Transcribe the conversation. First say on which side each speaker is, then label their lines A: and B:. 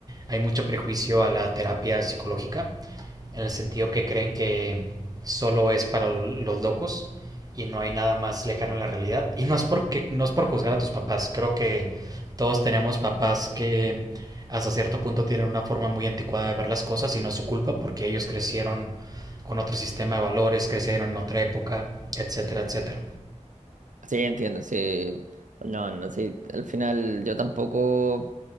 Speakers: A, on the right (about 30°); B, on the right (about 80°).
A: hay mucho prejuicio a la terapia psicológica en el sentido que creen que solo es para los locos y no hay nada más lejano a la realidad. Y no es porque no es por juzgar a tus papás, creo que todos tenemos papás que hasta cierto punto tienen una forma muy anticuada de ver las cosas y no es su culpa porque ellos crecieron con otro sistema de valores, crecieron en otra época, etcétera, etcétera.
B: Sí, entiendo, sí. No, no, sí. Al final yo tampoco